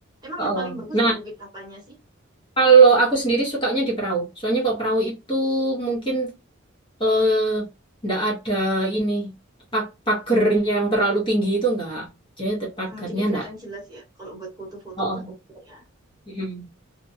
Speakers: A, on the right (about 20°); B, on the left (about 25°).
A: Emang
B: Oh.
A: yang paling bagus
B: Nah,
A: di bukit apanya sih?
B: kalau aku sendiri sukanya di perahu. Soalnya kalau perahu itu mungkin eh, nggak ada ini pa- pagernya yang terlalu tinggi itu nggak. Jadi te- pagarnya
A: Hmm, jadi kelihatan
B: nggak.
A: jelas ya. Kalau buat foto-foto
B: Oh.
A: pun oke ya.
B: Mm.